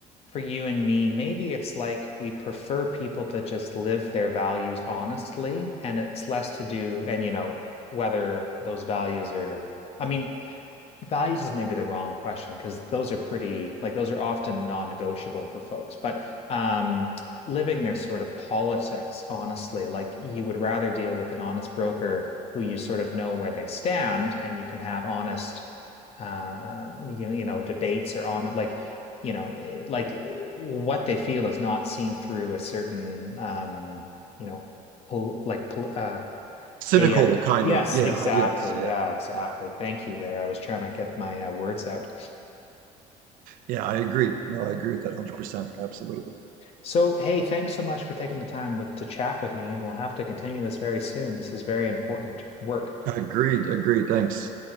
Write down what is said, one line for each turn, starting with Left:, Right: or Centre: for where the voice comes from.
Left: for you and me, maybe it's like we prefer people to just live their values honestly, and it's less to do, and you know, whether those values are, I mean, Values is maybe the wrong question because those are pretty, like those are often non-negotiable for folks. But um, living their sort of politics, honestly, like you would rather deal with an honest broker who you sort of know where they stand and you can have honest, uh, you, you know, debates or on like, you know, eh, like uh, what they feel is not seen through a certain, um, you know, pol like pol uh,
Right: cynical
Left: a,
Right: kind
Left: yes,
Right: of yeah
Left: exactly.
Right: yes yeah
Left: Yeah, exactly.
Right: yeah
Left: Thank you there. I was trying to get my uh, words out.
Right: yeah i agree no i agree with that 100% absolutely
Left: So, hey, thanks so much for taking the time with, to chat with me, and we'll have to continue this very soon. This is very important work.
Right: agreed agreed thanks